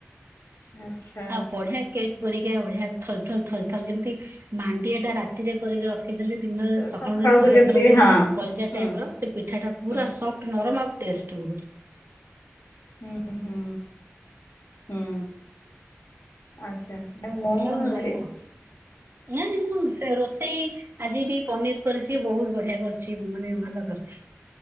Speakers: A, on the left; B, on the right.
A: ଆଚ୍ଛା
B: ଆ ବଢିଆ କେକ୍ ପରିକା ବଢିଆ ଥଲ ଥଲ ଥଲ ଥଲ ଯେମିତି ମାଣ୍ଡିଆ ଟା ରାତିରେ କରିକି ର ପକେଇଦେଲେ ଦିନରେ ସକାଳୁ
A: ସକାଳକୁ
B: ଯୋ ଥଲ
A: ଯେମିତି
B: ଥଲ ହୁଏ
A: ହଁ
B: କଲଜା
A: ହୁଁ।
B: ଟାଇପ ର ସେ ପିଠା ଟା ପୁରା
A: ହୁଁ
B: ସଫ୍ଟ, ନରମ ଆଉ ଟେଷ୍ଟ ବହୁତ।
A: ହୁଁ ହୁଁ ହୁଁ ଆଚ୍ଛା ମୁଁ
B: ସେଟା
A: ହଁ।
B: ଭଲ ଲାଗେ ଆଉ, ନା ମୁଁ ସେ ରୋଷେଇ ଆଜି ବି ପନିର କରିଛି, ବହୁତ ବଢିଆ କରିଛି, ମାନେ ଭଲ କରିଛି।